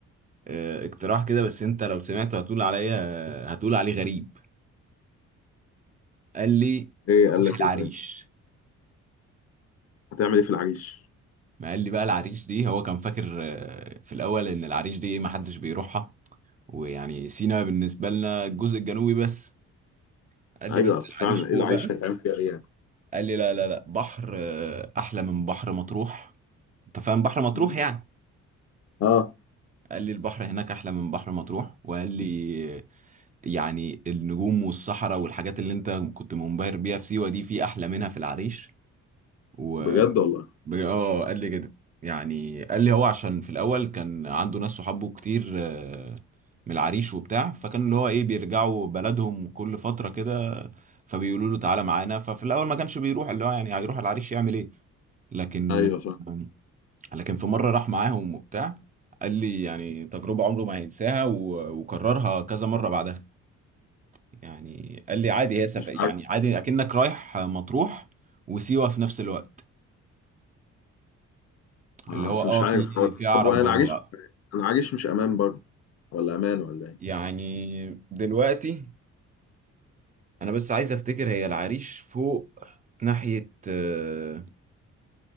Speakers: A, on the right; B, on the left.
A: آه اقتراح كده بس انت لو سمعته هتقول عليا آه، هتقول عليه غريب قال لي
B: ايه
A: روح
B: قال لك
A: العريش
B: ايه طيب هتعمل ايه في العريش
A: ما قال لي بقى العريش دي هو كان فاكر آه، في الاول ان العريش دي إيه، ما حدش بيروحها ويعني سينا بالنسبة لنا الجزء الجنوبي بس قال لي
B: ايوه
A: بس
B: اصل
A: العريش
B: فعلا
A: فوق
B: ايه العريش
A: بقى
B: هيتعمل فيها ايه يعني
A: قال لي لا لا لا بحر آه، أحلى من بحر مطروح أنت فاهم بحر مطروح
B: مم.
A: يعني
B: اه
A: قال لي البحر هناك أحلى من بحر مطروح وقال لي آه، يعني النجوم والصحراء والحاجات اللي أنت كنت منبهر بيها في سيوة دي في أحلى منها في العريش و...
B: بجد والله
A: ب- اه قال لي كده يعني قال لي هو عشان في الاول كان عنده ناس صحابه كتير آه، من العريش وبتاع فكان اللي هو ايه بيرجعوا بلدهم كل فتره كده فبيقولوا له تعالى معانا ففي الاول ما كانش بيروح اللي هو يعني هيروح العريش يعمل ايه لكن
B: ايوه صح
A: آه، لكن في مره راح معاهم وبتاع قال لي يعني تجربه عمره ما هينساها و- وكررها كذا مره بعدها يعني قال لي عادي هي سف...
B: مش
A: يعني
B: عارف
A: عادي اكنك رايح مطروح وسيوه في نفس الوقت
B: اصل
A: اللي هو اه
B: مش عارف
A: في
B: هو-
A: في عرب
B: طب والعريش
A: مم.
B: العريش مش امان برضه ولا امان ولا ايه
A: يعني دلوقتي انا بس عايز افتكر هي العريش فوق ناحية آه،